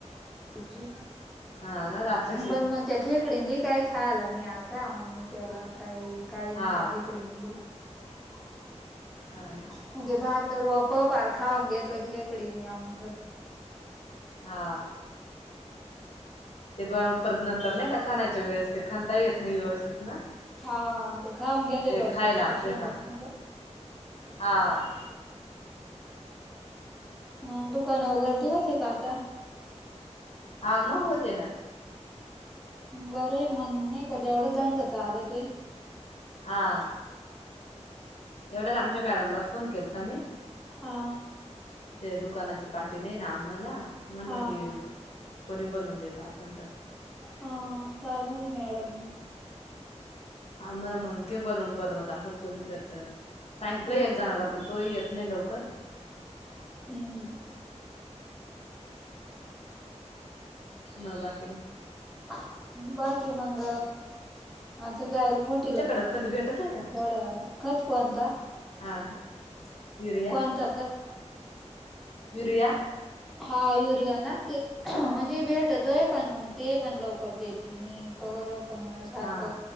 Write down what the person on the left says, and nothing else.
हाना रात्री
हा
हा.
हा. ते प परत नंतर नाही का खनायच्या वेळेस, ते खनता येत नाही व्यवस्थित ना
ते
खायला
असले
का
हा.
हा मग होती ना.
हा एवढ्याच आमच्या मॅडमला फोन केला मी.
ते दुकानाची पाठी नाही ना आम्हाला म्हणलं
ती
कोणी बनवून देत असल तर.
हा मला मगे बनवून बनवत असल कोणी तर तर सांगलं
एक जणला पण तोही येत. नाही लवकर.
म बाकी.
तुमच्याकडं खत भेटत आहे का
हा. युरिया
युरिया.
हा